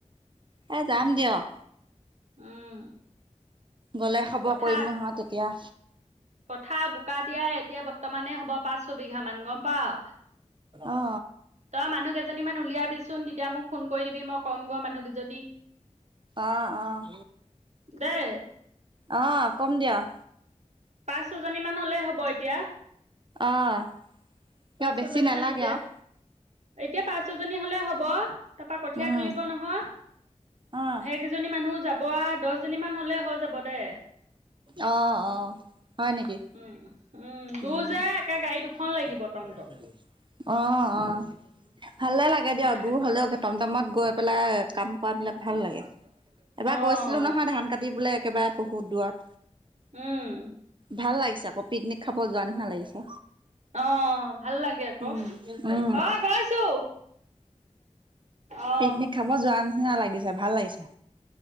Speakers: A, on the right; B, on the right.
A: এ যাম দিয়ক।
B: উম।
A: গ'লে খবৰ
B: পথাৰ
A: কৰিম নহয় তেতিয়া।
B: পথাৰ বোকা দিয়া এতিয়া। বৰ্তমানে হ'ব পাঁচ ছবিঘা মান গম পাৱ।
A: অ
B: তই মানুহ কেইজনী মান উলিয়াবি চোন তেতিয়া মোক। ফোন কৰি দিবি মই কম গৈ মানুহ কিজনীক।
A: অ', অ',
B: দেই
A: অ' কম দিয়ক।
B: পাঁচ ছয় জনী মান হলেই হ'ব এতিয়া।
A: অ' কিয়
B: পাঁচ
A: বেছি
B: ছজনী
A: নালাগে
B: মান এতিয়া
A: আৰু।
B: এতিয়া পাঁচ ছয় জনী হলে হ'ব। তাৰপা কঠীয়া
A: উম
B: তুলিব নহয়,
A: অ
B: সেইকেইজনী মানুও যাব আৰু দহজনীমান হলেই। হৈ যাব। দে
A: অ'অ' অ হয় নেকি
B: উম উম দূৰ
A: ওম
B: যে একে গাড়ী দুখন
A: <unintelligible>
B: লাগিব টমটম
A: অ অ। ভালে লাগে দিয়ক
B: কথা
A: দূৰ হলেও একে টমটমত গৈ পেলাই কাম কৰা বিলাক ভাল লাগে। এবাৰ
B: অ
A: গৈছিলো নহয় ধান কাটি বোলেক। কেবাৰেত বহু দুৱাত
B: উম।
A: ভাল লাগিছে আক পিকনিক খাব যোৱা নিচিনা লাগিছে।
B: অ ভাল লাগে আকৌ
A: উম উম
B: অ গৈছো। অ
A: পিকনিক খাব যোৱা ন। নালাগে লাগিছা ভাল লাগিছা।